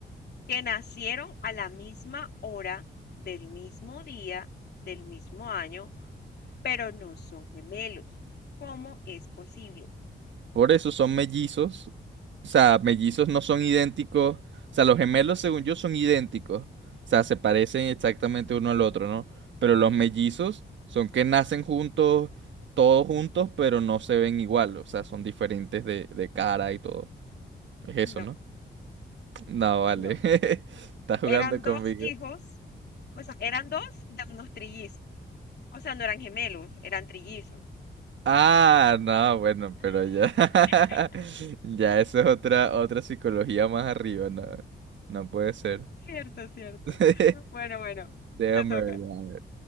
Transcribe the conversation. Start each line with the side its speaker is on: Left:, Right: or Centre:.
Left: que nacieron a la misma hora, del mismo día, del mismo año, pero no son gemelos. ¿Cómo es posible?
Right: Por eso son mellizos. O sea, mellizos no son idénticos. O sea, los gemelos, según yo, son idénticos. O sea, se parecen exactamente uno al otro, ¿no? Pero los mellizos son que nacen juntos, todos juntos, pero no se ven igual. O sea, son diferentes de, de cara y todo. Es eso,
Left: No,
Right: ¿no? No, vale.
Left: no.
Right: <laughs> Estás jugando
Left: Eran
Right: conmigo.
Left: dos hijos, o sea, eran dos de unos trillizos. O sea, no eran gemelos, eran trillizos.
Right: Ah, no, bueno,
Left: <laughs>
Right: pero ya. <laughs> Ya, eso es otra, otra psicología más arriba, no. No puede ser.
Left: Cierto, cierto.
Right: <laughs>
Left: Bueno, bueno,
Right: Déjame
Left: te toca.
Right: ver, déjame ver,